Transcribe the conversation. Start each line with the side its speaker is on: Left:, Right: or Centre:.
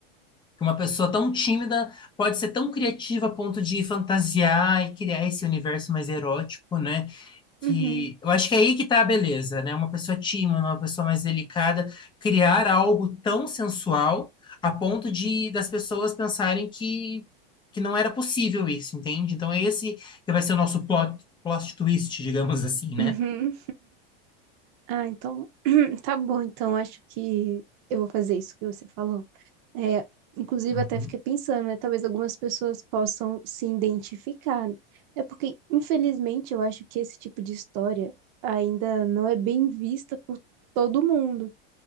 Left: que uma pessoa tão tímida pode ser tão criativa a ponto de fantasiar e criar esse universo mais erótico, né? Que
Right: uhum.
Left: eu acho que é aí que tá a beleza, né? Uma pessoa tímida, uma pessoa mais delicada, criar algo tão sensual a ponto de das pessoas pensarem que que não era possível isso, entende? Então é esse que vai ser o nosso plot, plot twist, <laughs> digamos assim, né?
Right: Uhum. Ah, então <clears throat> tá bom. Então acho que eu vou fazer isso que você falou. É, inclusive
Left: Uhum.
Right: até fiquei pensando, né? Talvez algumas pessoas possam se identificar. É porque, infelizmente, eu acho que esse tipo de história ainda não é bem vista por todo mundo.